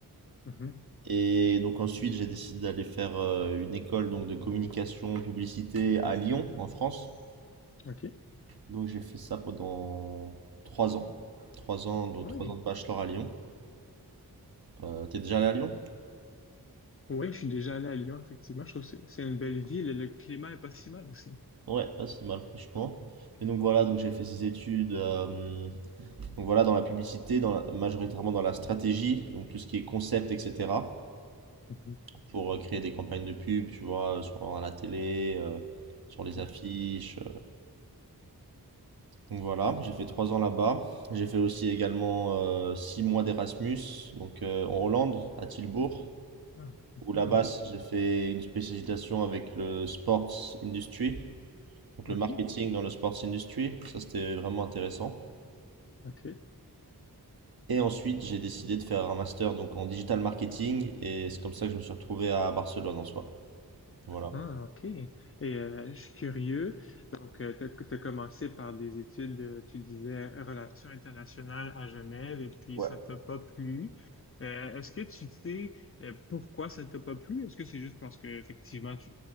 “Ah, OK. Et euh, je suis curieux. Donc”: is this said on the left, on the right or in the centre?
Left